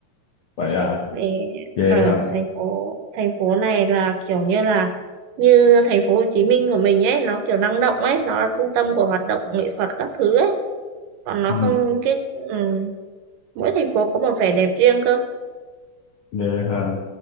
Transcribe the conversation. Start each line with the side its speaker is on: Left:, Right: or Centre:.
Left: vậy à
Right: Vì
Left: về
Right: ở
Left: hả
Right: thành phố thành phố này là kiểu như là như thành phố Hồ Chí Minh của mình ấy nó kiểu năng động ấy nó là trung tâm của hoạt động nghệ thuật các thứ ấy còn nó
Left: ừ,
Right: không cái ừ, mỗi thành phố có một vẻ đẹp riêng cơ
Left: về hả